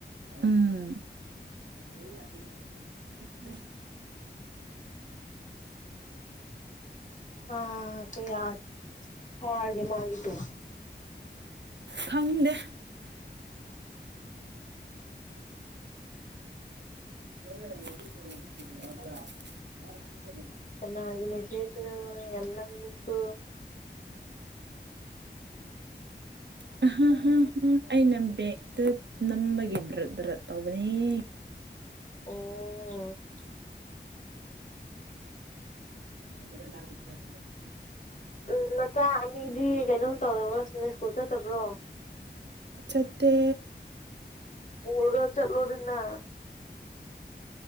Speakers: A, on the right; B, on the left.
A: ꯎꯝ <unintelligible>
B: ꯊꯥ ꯀꯌꯥ ꯐꯥꯔꯒꯦ ꯃꯥꯒꯤꯗꯣ
A: ꯈꯪꯗꯦ <unintelligible>
B: ꯀꯅꯥꯒꯤ ꯃꯦꯁꯦꯖꯅꯣ ꯌꯥꯝ ꯅꯝꯃꯤꯀꯣ
A: <unintelligible> ꯑ ꯍ ꯍ ꯍ ꯑꯩꯅ ꯕꯦꯛꯇ ꯅꯝꯕꯒꯤ ꯗ꯭ꯔ ꯗ꯭ꯔ ꯇꯧꯕꯅꯦ
B: ꯑꯣ
A: <unintelligible>
B: ꯎꯝ ꯅꯆꯥ ꯑꯅꯤꯗꯤ ꯀꯩꯅꯣꯝ ꯇꯧꯗꯕ꯭ꯔꯣ ꯁꯤꯅ ꯁ꯭ꯀꯨꯜ ꯆꯠꯇꯕ꯭ꯔꯣ
A: ꯆꯠꯇꯦ
B: ꯄꯨꯔꯒ ꯆꯠꯂꯣꯗꯅ